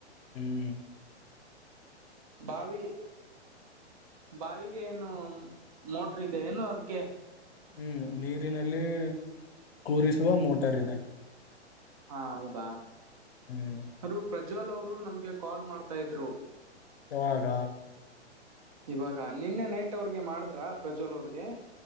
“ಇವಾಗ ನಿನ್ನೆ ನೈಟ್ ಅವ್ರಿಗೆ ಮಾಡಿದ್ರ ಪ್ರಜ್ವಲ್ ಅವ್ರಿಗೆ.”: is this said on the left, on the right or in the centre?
Right